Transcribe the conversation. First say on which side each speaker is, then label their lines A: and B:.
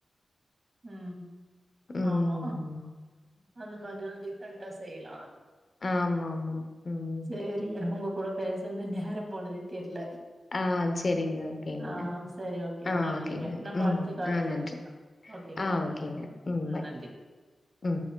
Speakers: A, on the right (about 40°); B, on the left (about 40°).
A: ம்
B: உம்
A: ஆமா அந்த மாதிர் உ டிஃப்ரன்டா செய்லா அது
B: ஆமா ஆமா உம்
A: செரி உங்க கூட பேசன்து அந்த நேரம் போனதே தெர்ல
B: ஆ சரிங்க ஓகேங்க
A: ஆ செரி ஓகே
B: ஆ
A: நன்றிக
B: ஓகேங்க
A: நம்ம
B: ம்
A: அடுத்த கால்ல
B: ஆ நன்றி
A: பேசுலா ஓகேங்களா
B: ஆ
A: ம்
B: ஓகேங்க
A: ம் ம்
B: பை
A: நன்றி
B: ம்